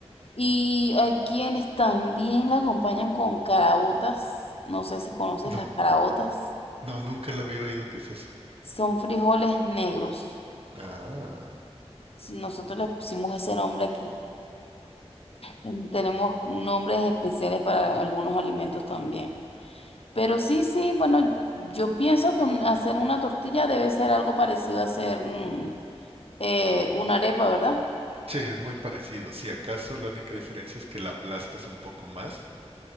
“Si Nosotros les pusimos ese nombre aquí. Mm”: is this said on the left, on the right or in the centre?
Left